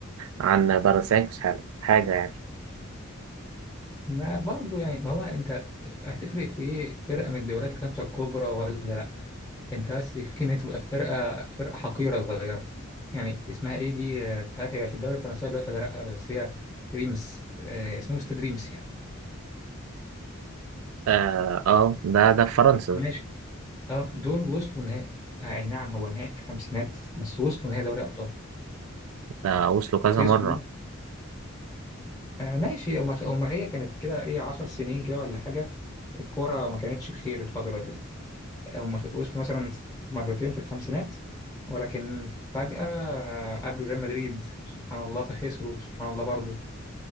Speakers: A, on the right (about 80°); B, on the left (about 15°).
A: عن بلانسيانكوس حاجة حاجة يعني
B: ما برضه يعني ما هو انت هتفرق في ايه فرقه من الدوريات الخمسه الكبرى ولا لا انت بس يكفيك ان هي تبقى فرقه فرقه حقيره صغيره يعني اسمها ايه دي آه، مش عارف هي في الدوري الفرنسي دلوقتي ولا لا بس هي ريمس آه، اسمهم استاد ريمس يعني
A: اه آه، ده ده في فرنسا
B: ماشي اه دول وصلوا نهائي آه، اي نعم هو نهائي في الخمسينات بس وصلوا نهائي دوري ابطال
A: ده وصلوا كذا
B: خسروا
A: مرة
B: آه ماشي هما هما هي كانت كده ايه 10 سنين كده ولا حاجه الكوره ما كانتش بخير الفتره دي هم خ- وصلوا مثلا مرتين في الخمسينات ولكن فجأة قابلوا ريال مدريد سبحان الله فخسروا سبحان الله برضه